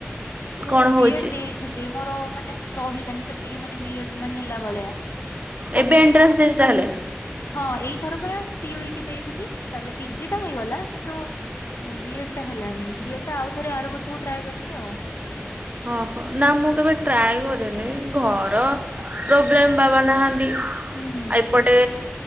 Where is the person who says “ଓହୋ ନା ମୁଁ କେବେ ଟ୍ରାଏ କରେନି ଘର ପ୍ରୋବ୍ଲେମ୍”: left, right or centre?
Right